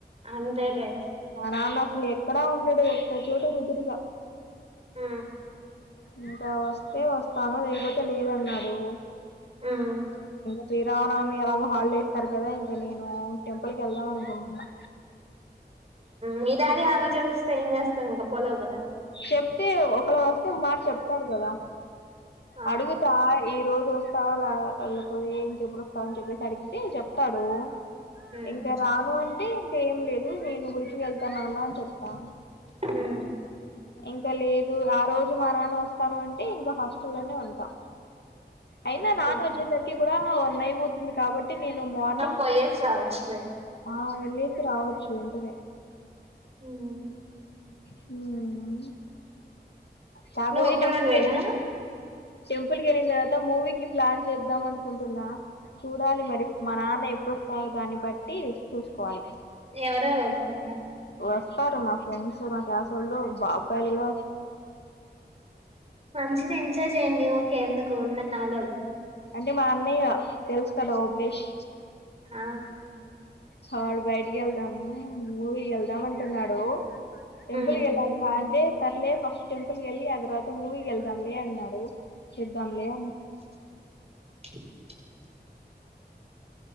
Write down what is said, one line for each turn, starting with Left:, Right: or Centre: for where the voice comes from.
Right: అంతేలే
Left: మా నాన్న అసలు ఎక్కడా ఉండడు ఒక్క చోటు కుదురిగా
Right: ఉ
Left: ఇంకా వస్తే వస్తాను లేకపోతే లేదన్నాడు
Right: హ్మ్.
Left: ఇంకా శ్రీరామనవమి కి ఎలాగూ హాలిడే ఇస్తారు కదా ఇంకా నేను టెంపుల్ కి వెళ్దాం అనుకుంటున్నా
Right: మీ డాడీ ఆ రోజు చూస్తే ఏం చేస్తావు ఇంకా పోలేవు కదా
Left: చెప్తే ఒకలా వస్తే ఒక మాట చెప్తాడు కదా
Right: ఆ!
Left: అడుగుతా ఈ రోజు వస్తావా లావా లేకపోతే ఏంటి ఎప్పుడొస్తావ్ అని చెప్పేస్ అడిగితే చెప్తాడు
Right: హ్మ్.
Left: ఇంకా రాను అంటే ఇంక ఏం లేదు నేను గుడికి వెళ్తన్నాను అని చెప్తా.
Right: హూమ్
Left: ఇంక లేదు ఆ రోజు మా నాన్న వస్తాను అంటే ఇంక హాస్టల్ల్లోనే ఉంటా. అయినా
Right: ఓకే.
Left: నాన్న వచ్చేసరికి కూడా వన్ అయిపోతుంది కాబట్ ట్టి నేను మార్నింగ్
Right: పోయేసి రావచ్చులే.
Left: ఆ వెళ్లేసి రావచ్చు వెంటనే.
Right: హ్మ్.
Left: హూమ్ కాపోతే
Right: నువ్వు ఒక్కదానివేనా?
Left: టెంపుల్ కెళ్ళిన్ టెంపుల్ కెళ్ళిన తర్వాత మూవీ కి ప్లాన్ చేద్దాం అనుకుంటున్నా. చూడాలి మరి మా నాన్న ఎప్పుడొస్తాడో దాన్ని బట్టి చూసుకోవాలి
Right: ఎవరెవరు వెళ్తున్నారు
Left: వస్తారు మా ఫ్రెండ్స్ మా క్లాసోళ్ళు బ అబ్బాయిలు గూడ
Right: మంచిది ఎంజాయ్ చేయండి ఊకే ఎందుకు ఉన్నా నాలుగు రోలు
Left: అంటే మా అన్నయ్య తెలుసు కదా ఓబులేష్
Right: ఆ
Left: వాడు బయటికెళ్దాం మూవీ కెళ్దాం అంటున్నాడు. టెంపుల్
Right: హ్మ్.
Left: కెల్లాలి రా అంటే సర్లే ఫస్ట్ టెంపుల్ కెళ్ళి ఆ తర్వాత మూవీ కెళ్దాం లే అన్నాడు. చూద్దాం లే అన్
Right: అ